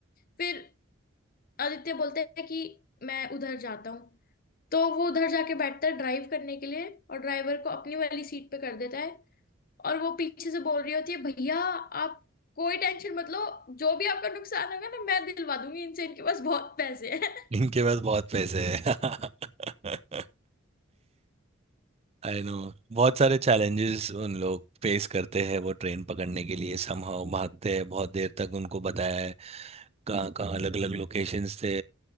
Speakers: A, on the left; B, on the right.
A: फिर आदित्य बोलता है कि मैं उधर जाता हूँ तो वो उधर जाके बैठता है ड्राइव करने के लिए और ड्राइवर को अपनी वाली सीट पे कर देता है और वो पीछे से बोल रही होती है भैया आप कोई टेंशन मत लो जो भी आपका नुकसान होगा ना मैं दिलवा दूंगी इनसे इनके पास बहुत पैसे हैं <laughs>
B: इनके पास बहुत पैसे हैं <laughs> आई नो बहुत सारे चैलेंजेस उन लोग फेस करते हैं वो ट्रेन पकड़ने के लिए समहाउ भागते हैं बहुत देर तक उनको बताया है कहाँ कहाँ अलग अलग लोकेशंस थे